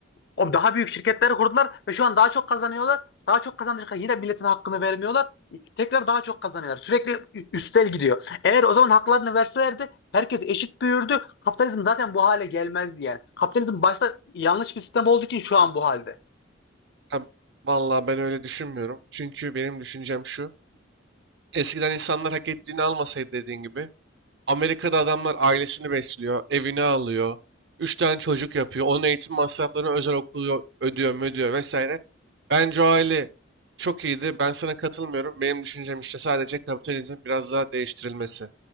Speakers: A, on the left; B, on the right.
A: o daha büyük şirketleri kurdular ve şu an daha çok kazanıyorlar. Daha çok kazandıkça yine milletin hakkını vermiyorlar. Tekrar daha çok kazanıyorlar. Sürekli ü- üstel gidiyor. Eğer o zaman haklarını verselerdi herkes eşit büyürdü. Kapitalizm zaten bu hale gelmezdi yani. Kapitalizm başta yanlış bir sistem olduğu için şu an bu halde.
B: Ha, vallahi ben öyle düşünmüyorum. Çünkü benim düşüncem şu. Eskiden insanlar hak ettiğini almasaydı dediğin gibi. Amerika'da adamlar ailesini besliyor, evini alıyor, üç tane çocuk yapıyor, onun eğitim masraflarını özel okulu ödüyor, ödüyor vesaire. Bence o aile çok iyiydi. Ben sana katılmıyorum. Benim düşüncem işte sadece kapitalizmin biraz daha değiştirilmesi.